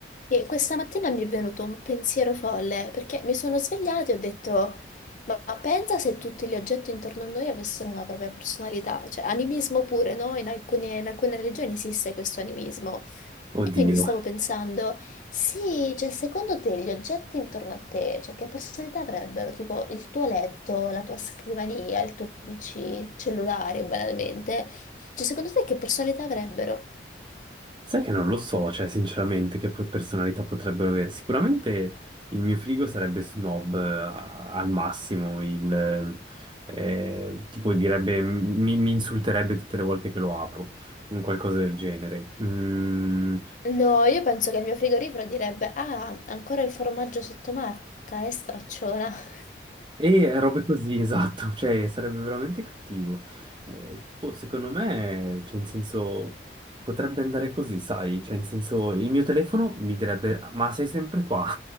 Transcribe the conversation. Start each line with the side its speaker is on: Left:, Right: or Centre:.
Left: E questa mattina mi è venuto un pensiero folle perché mi sono svegliata e ho detto: Ma ma pensa se tutti gli oggetti intorno a noi avessero una propria personalità, cioè animismo pure, no? In alcune, in alcune religioni esiste questo animismo.
Right: Oddio,
Left: E quindi stavo pensando: sì, cioè secondo te gli oggetti intorno a te, cioè che personalità avrebbero? Tipo il tuo letto, la tua scrivania, il tuo PC, il cellulare, banalmente. Cioè secondo te che personalità avrebbero?
Right: sai che non lo so, cioè sinceramente che po- personalità potrebbero avere. Sicuramente il mio frigo sarebbe snob eh, a- al massimo, il, eh, tipo direbbe, mi, mi insulterebbe tutte le volte che lo apro, un qualcosa del genere. Mm,
Left: No, io penso che il mio frigorifero direbbe: Ah, ancora il formaggio sottomarca, eh, stracciona. <laughs>
Right: e robe così, <laughs> esatto, cioè sarebbe veramente cattivo. Eh, boh, secondo me, cioè in senso, potrebbe andare così, sai? Cioè in senso, il mio telefono mi direbbe, ma sei sempre qua?